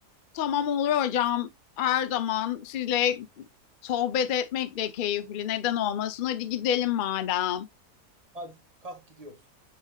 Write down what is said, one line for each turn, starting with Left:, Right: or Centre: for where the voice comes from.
Left: Tamam olur hocam. Her zaman sizle sohbet etmek de keyifli. Neden olmasın? Hadi gidelim madem.
Right: Hadi kalk gidiyoruz.